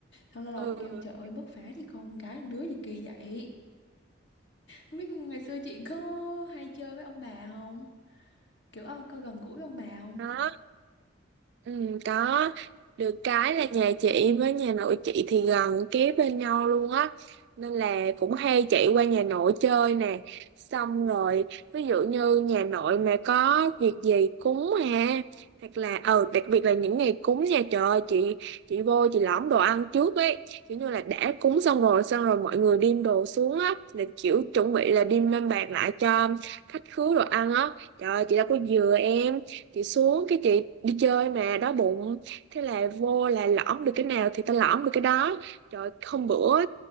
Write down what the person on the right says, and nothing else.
ừ
đó Ừ, có được cái là nhà chị với nhà nội chị thì gần kế bên nhau luôn á nên là cũng hay chạy qua nhà nội chơi nè xong rồi ví dụ như nhà nội mà có việc gì cúng ha hoặc là ờ đặc biệt là những ngày cúng nha trời ơi, chị chị vô chị lõm đồ ăn trước ấy kiểu như là đã cúng xong rồi xong rồi mọi người đem đồ xuống á là kiểu chuẩn bị là đem lên bàn lại cho khách khứa đồ ăn á trời ơi, chị đâu có dừa em chị xuống cái chị đi chơi mà đói bụng thế là vô là lõm được cái nào thì tao lõm được cái đó trời hôm bữa